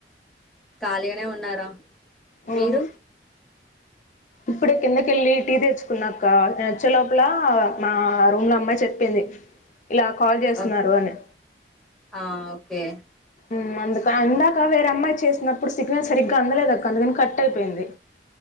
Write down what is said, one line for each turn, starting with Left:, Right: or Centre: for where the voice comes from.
Centre: ఖాళీగానే ఉన్నారా
Left: మ్మ్
Centre: మీరు
Left: ఇప్పుడే కిందకెళ్ళి టీ తెచ్చుకున్నాక్క నేన్ వచ్చే లోపల మా రూమ్ లో అమ్మాయి చెప్పింది ఇలా కాల్ చేస్తున్నారు
Centre: ఓకే
Left: అని
Centre: ఆ ఓకే
Left: మ్ అందుకా ఇందాక వేరే అమ్మాయి చేసినప్పుడు సిగ్నల్ సరిగ్గా అందలేదక్క అందుకని కట్ అయిపోయింది